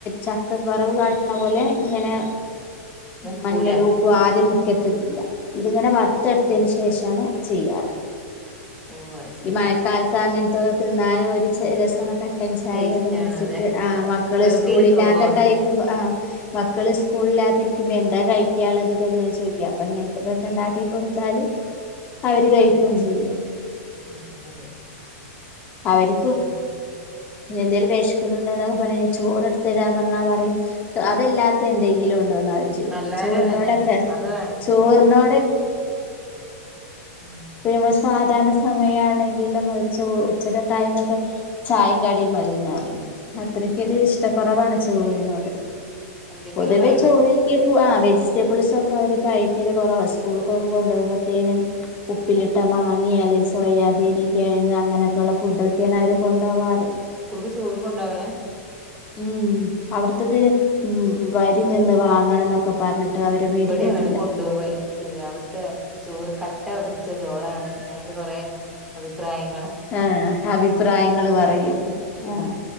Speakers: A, on the left (about 20°); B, in the centre.
A: ചക്കക്കറവ് കാട്ടുന്ന പോലെ ഇങ്ങനെ
B: മുക്കൂല
A: മഞ്ഞൾ ഉപ്പും ആദ്യം മു കത്തത്തില്ല ഇതിങ്ങനെ വറുത്തെടുത്തതിന് ശേഷാണ് ചെയ്യാറ്
B: ഓഹ് അത് ശെരി
A: ഈ മഴക്കാലത്ത് അങ്ങനത്തെൊക്കെ തിന്നാനും ഒരു രസമൊക്കെ പട്ടൻ ചായയും
B: ടേസ്റ്റാണത്
A: അതും കുടിച്ചിട്ട് ആ് മക്കള്
B: വെറുതെ
A: സ്കൂള
B: ഇരിക്കുമ്പോ
A: ഇില്ലാത്തട്ടായിരിക്കും ആ് മക്കള് സ്കൂളിലാത്തിരിക്കുമ്പോ എന്താ കഴിക്കാനുള്ളതു ചോഴിക്കാ ഇങ്ങനത്തെതൊക്കെ ഉണ്ടാക്കി കൊടുത്താല്
B: <inaudible>
A: അവര് കഴിക്കുംചെയ്യും
B: അതെ ഉം അതെ
A: അവര്
B: <unintelligible>
A: എന്തെലും വേഷ്ക്കുന്നുണ്ട പറയും ചോറ്ടുത്ത്തരാപറഞ്ഞാൽ പറയും അതല്ലാത്ത എന്തെങ്കിലും ഉണ്ടോ <unintelligible>
B: എല്ലാരും
A: ചോറിനേടക്കെ
B: അതന്നെ അത് വേണം എല്ലാർക്കും
A: ചോറിനോ
B: ഉം
A: മ <unintelligible> സാധാരണ സമയ ആണെങ്കിലും വർ ഉച്ചയുടെ ടൈമ ചായയും കടിയും മതിന്ന്പറയും അത്രക്കൊരു
B: അതെ
A: ഇഷ്ട കുറവാണ് ചോറിനോട്
B: എന്തെങ്കിലും
A: പൊതുവെ
B: വേണം
A: ചോർ <unintelligible> ആ വെജിറ്റബിൾസ് ഒക്കെ അവര് കഴിക്കല് കുറവ സ്കൂൾക്കൊക്കെ കൊണ്ട പോകുമ്പോഴത്തേനും ഉപ്പിലിട്ട മാങ്ങിയല്ലേ സോയാബീൻ കിഴങ്ങ് അങ്ങനെയൊക്കെ അവര് കൊണ്ടവാറ്
B: സ്കൂൾക്ക് ചോറ് കൊണ്ടോവലാ
A: മ് അവി ത് വരി നിന്ന് വാങ്ങണം എന്നൊക്കെ പറഞ്ഞിട്ട് അവര് മേടിക്കത്തില്ല
B: ഇവിടെ അങ്ങനെ കൊണ്ടുപോ ചെയ്യ അവിടുത്തെ ചോറ് കട്ട ചോറാണ് അങ്ങനൊക്കെ കുറേ അഭിപ്രായം
A: ആ അഭിപ്രായങ്ങൾ പറയും ആ
B: ഉം